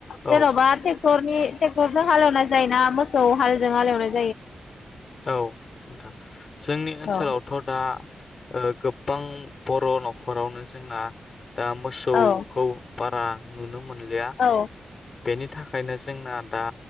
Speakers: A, on the left; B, on the left.
A: जेनबा
B: औ
A: टेक्टरनि टेक्टर जों हालोव ना जाययोना मोसौ हाल जों आलोवनाय
B: औ नोथां जोंनि ओनसोलावथ
A: औ
B: दा ओ गोबां बर'नखरावनो जोंना दा मोसौखौ
A: औ
B: बारा नुनो मोन लिया
A: औ
B: बेनि थाखायनो जोंना दा